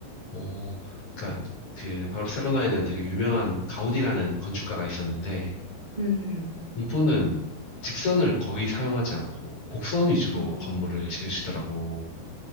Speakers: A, on the left (about 40°); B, on the right (about 20°).
A: 어, 그러니까 그 바르셀로나에는 되게 유명한 가우디라는 건축가가 있었는데
B: 음,
A: 이분은 직선을 거의 사용하지 않고 곡선 위주로
B: 음. 어,
A: 건물을 지으시더라고.